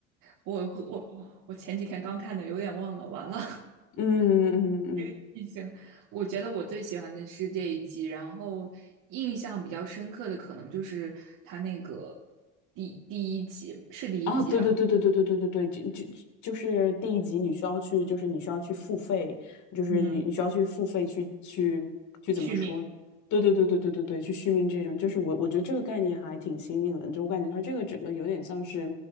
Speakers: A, on the right; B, on the left.
A: 我我我我前几天刚看的，有点忘了，完了，
B: 嗯嗯嗯嗯嗯
A: <laughs> 已经。我觉得我最喜欢的是这一集，然后印象比较深刻的可能就是他那个第第一集，是第一集吧？
B: 啊，对对对对对对对对对，就就就是第一集你需要去，就是你需要去付费，就是你你需要去付费去去去怎么说？
A: 嗯。续命，
B: 对对对对对对对，去续命这种，就是我我觉得这个概念还挺新颖的，就我感觉它这个整个有点像是，